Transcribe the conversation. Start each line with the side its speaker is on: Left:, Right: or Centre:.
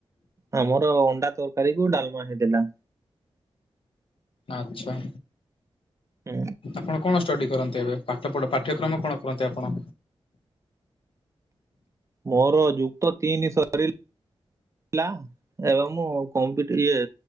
Right: ଆମର ଅଣ୍ଡା ତରକାରୀ କୁ ଡାଲମା ହେଇଥିଲା।
Left: ଆଛା।
Right: ହୁଁ।
Left: ଆପଣ କଣ ଷ୍ଟଡି କରନ୍ତି ଏବେ? ପାଠ ପଢ ପାଠ୍ୟକ୍ରମ କଣ କରନ୍ତି ଆପଣ?
Right: ମୋର ଯୁକ୍ତ ତିନି ସରି <unintelligible> ମୁଁ <unintelligible> ଇଏ